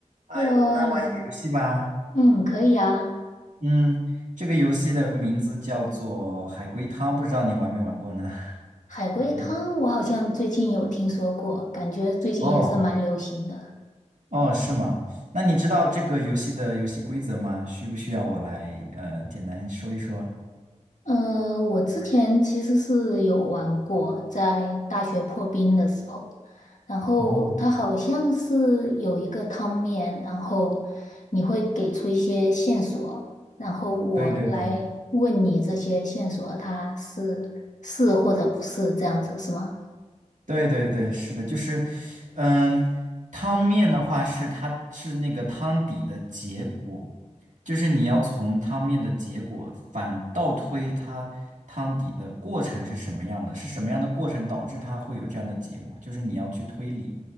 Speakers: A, on the right; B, on the left.
A: 哎，
B: h e l l
A: 我们来玩一个游戏吧。
B: o h e l l o 嗯，可以啊。
A: 嗯，这个游戏的名字叫做海龟汤，不知道你玩没玩过呢？<laughs>
B: 海龟汤我好像最近有听说过，
A: 嗯，
B: 感觉最近也是蛮流行的。
A: 哦哦，是吗？那你知道这个游戏的游戏规则吗？需不需要我来呃简单说一说？
B: 呃，我之前其实是有玩过，在大学破冰的时候，然后它好像是有一个汤面，
A: 哦，
B: 然后你会给出一些线索，然后我来问你这些线索它是是或者不是这样子，
A: 对对对
B: 是吗？
A: 对对对，是的，就是，嗯，汤面的话是它是那个汤底的结果，就是你要从汤面的结果反倒推它汤底的过程是什么样的，是什么样的过程导致它会有这样的结果，就是你要去推理，